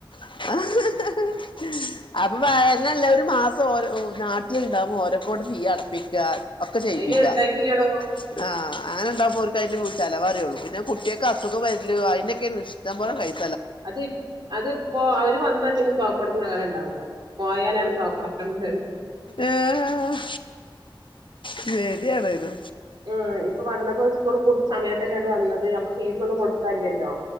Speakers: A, on the left; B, on the right.
A: <unintelligible> അപ്പൊ വ എങ്ങനല്ല ഒരു മാസം ഓരോ നാട്ടിലുണ്ടാവുമ്പോ ഓനെകൊണ്ട്‌ ഫീ അടപ്പിക്കാ- ഒക്കെ ചെയ്യിപ്പിക്കാം
B: അയിന് ഇണ്ടായിട്ടില്ലടോ
A: ആ അങ്ങനെ ഉണ്ടാകുമ്പോൾ ഓര്ക്കു അതിന്റെ ചെലവറിയുള്ളൂ പിന്നെ കുട്ടിയൊക്കെ അസുഖം വരില് അതിനൊക്കെയ ഇഷ്ടം പോലെ പൈസ-
B: അതീ- അതിപ്പോ അവര് വന്നാൽ പിന്നെ സോക്കോടന്നും നേരം ഉണ്ടാവൂല്ല പോയാലാണ് സോക്കോട് ഉണ്ടാവുന്നെ
A: ആഹ് ശരിയാണത്
B: ആ ഇപ്പൊ വന്നപ്പോ സ്കൂളിൽ പൂട്ടിയ സമയത്തലാണ്ട് വന്നത് അപ്പൊ ഫീസൊന്നും കൊടുക്കലില്ലല്ലോ